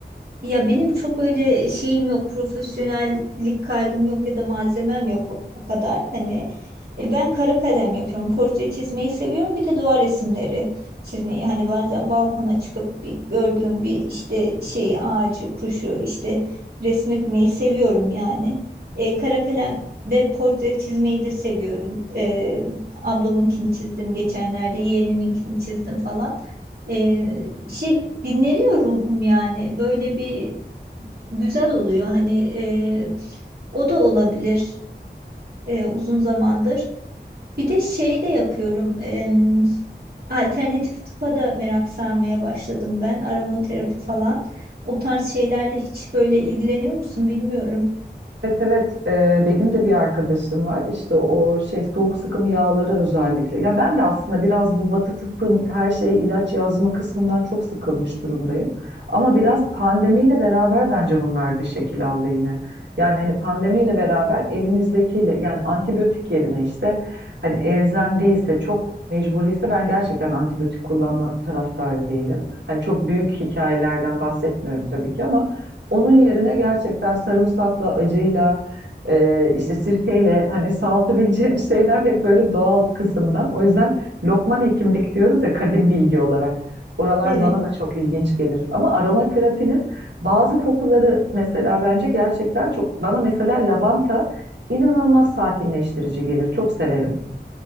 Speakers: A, on the right; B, on the right.
A: Ya benim çok öyle şeyim yok, profesyonellik kaygım yok ya da malzemem yok o, o kadar. Hani e, ben kara kalem yapıyorum. Portre çizmeyi seviyorum. Bir de doğa resimleri çizmeyi. Hani bazen balkona çıkıp bir gördüğüm bir işte şey ağacı, kuşu işte resmetmeyi seviyorum yani. E, kara kalem de portre çizmeyi de seviyorum. E, ablamınkini çizdim geçenlerde, yeğeniminkini çizdim falan. E, şey dinleniyor ruhum yani. Böyle bir güzel oluyor. Hani e, o da olabilir e, uzun zamandır. Bir de şey de yapıyorum. em, alternatif tıpa da merak sarmaya başladım ben. Aromaterapi falan. O tarz şeylerle hiç böyle ilgileniyor musun bilmiyorum.
B: Evet evet Ee, benim de bir arkadaşım var işte o şey soğuk sıkım yağları özellikle ya ben de aslında biraz bu Batı tıbbın her şey ilaç yazma kısmından çok sıkılmış durumdayım ama
A: Hı
B: biraz
A: hı.
B: pandemiyle beraber bence bunlar da şekil aldı yine yani hani pandemiyle beraber elimizdekiyle yani antibiyotik yerine işte hani elzem değilse çok mecburiyse ben gerçekten antibiyotik kullanma taraftarı değilim hani çok büyük hikayelerden bahsetmiyorum tabii ki ama onun yerine gerçekten sarımsakla, acıyla, e, işte sirkeyle hani salatabileceğim <laughs> şeyler hep böyle doğal kısımdan. O yüzden Lokman hekimlik diyoruz ya kadim bilgi olarak. Oralar
A: Evet.
B: bana da çok ilginç gelir. Ama aromaterapinin bazı kokuları mesela bence gerçekten çok bana mesela lavanta inanılmaz sakinleştirici gelir. Çok severim.